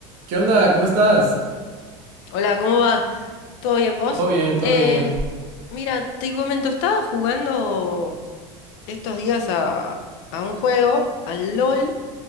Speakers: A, on the right (about 60°); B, on the left (about 70°).
A: ¿Qué onda? ¿Cómo estás?
B: Hola, ¿cómo va? ¿Todo bien vos?
A: Todo bien, todo
B: Eh,
A: bien.
B: mira, te comento, estaba jugando estos días a, a un juego, al LOL,